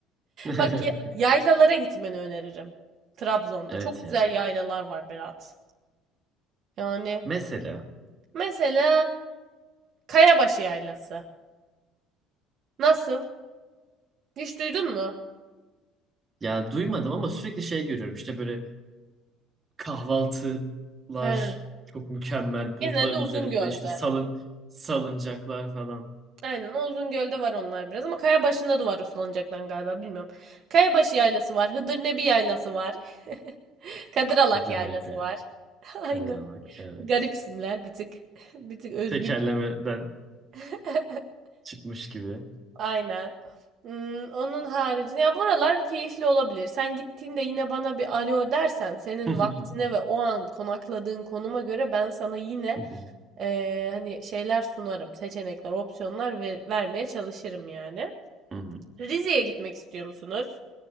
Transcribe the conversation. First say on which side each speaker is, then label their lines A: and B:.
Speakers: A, on the right; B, on the right.
A: <laughs>
B: Bak ya- yaylalara gitmeni öneririm. Trabzon'da.
A: Evet
B: Çok güzel
A: ya.
B: yaylalar var Berat. Yani
A: Mesela
B: mesela Kayabaşı Yaylası. Nasıl? Hiç duydun mu?
A: ya duymadım ama sürekli şey görüyorum. İşte böyle kahvaltılar
B: He.
A: çok mükemmel. Bulutların
B: Genelde Uzungöl'de.
A: üzerinde işte salın salıncaklar falan.
B: Aynen o Uzungöl'de var onlar biraz ama Kayabaşı'nda da var o salıncaktan galiba bilmiyorum. Kayabaşı yaylası var. Hıdırnebi yaylası var. <laughs> Kadıralak
A: Kadir
B: yaylası
A: Nebi.
B: var. <laughs> Aynen.
A: Kadir Alak. Evet.
B: Garip isimler bir tık. <laughs> Bir tık özgün.
A: Tekerlemeden
B: <laughs>
A: çıkmış gibi.
B: Aynen. Hmm, onun haricinde ya buralar keyifli olabilir. Sen gittiğinde yine bana bir alo dersen senin
A: <laughs> Hı
B: vaktine ve o an konakladığın konuma göre ben sana yine
A: hı.
B: eee, hani şeyler sunarım, seçenekler, opsiyonlar ve vermeye çalışırım yani.
A: hı hı.
B: Rize'ye gitmek istiyor musunuz?